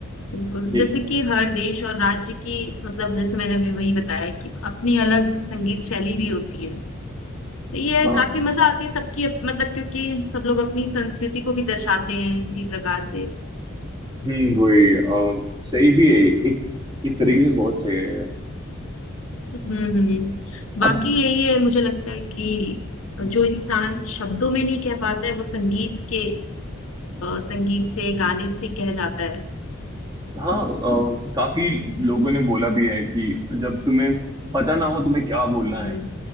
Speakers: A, on the left (about 80°); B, on the right (about 20°).
A: बिल्कुल
B: ये
A: जैसे कि हर देश और राज्य की मतलब जैसे मैंने अभी वही बताया कि अपनी अलग संगीत शैली भी होती है तो ये
B: हाँ
A: काफी मजा आती है सबकी अप- मतलब क्योंकि सब लोग अपनी संस्कृति को भी दर्शाते हैं इसी प्रकार से
B: हम्म वही अम, सही भी है एक एक तरीके से बहुत सही है यार।
A: हम्म हम्म। बाकी
B: अब
A: यही है मुझे लगता है कि जो इंसान शब्दों में नहीं कह पाता है वो संगीत के अ, संगीत से गाने से कह जाता है
B: हाँ अम, काफी लोगों ने बोला भी है कि जब तुम्हें पता ना हो तुम्हें क्या बोलना
A: हम्म
B: है